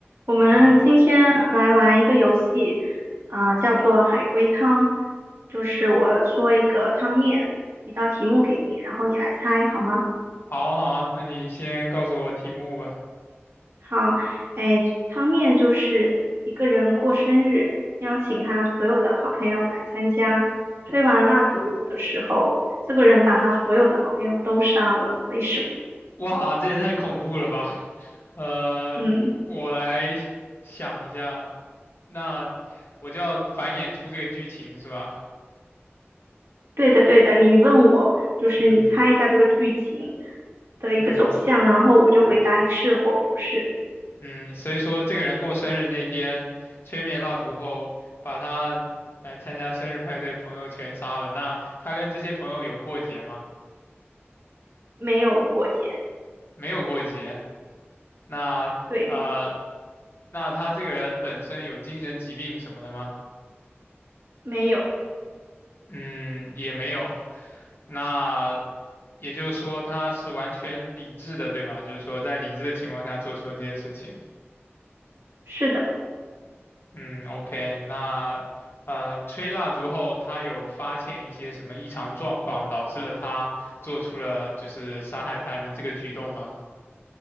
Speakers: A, on the right; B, on the left.
A: 我们今天来玩一个游戏，
B: 那
A: 啊、叫做海龟汤，就是我说一个汤面，一道题目给你，然后你来猜，好吗？
B: 好啊好啊，那你先告诉我题目吧。
A: 好，哎，汤面就是一个人过生日，邀请他所有的好朋友来参加，吹完蜡烛的时候，这个人把他所有的好朋友都杀了，为什么？
B: 哇，这也太恐怖了吧！<laughs> 呃，
A: 嗯，
B: 我来想一下，那我就要繁衍出这个剧情是吧？
A: 对的，对的，你问我，就是你猜一下这个剧情
B: 嗯
A: 的一个走向，
B: 嗯
A: 然后我就回答你是或不是。
B: 嗯，所以说这个人过生日那天吹灭蜡烛后，把他来参加生日派对朋友全杀了。那他跟这些朋友有过节吗？
A: 没有过节，
B: 没有过节。那呃，
A: 对，
B: 那他这个人本身有精神疾病什么的吗？
A: 没有，
B: 嗯，也没有。那也就是说，他是完全理智的，对吗？就是说，在理智的情况下做出了这些事情。
A: 是的，
B: 嗯，OK，那呃，吹蜡烛后，他有发现一些什么异常状况，导致了他做出了就是杀害他人的这个举动吗？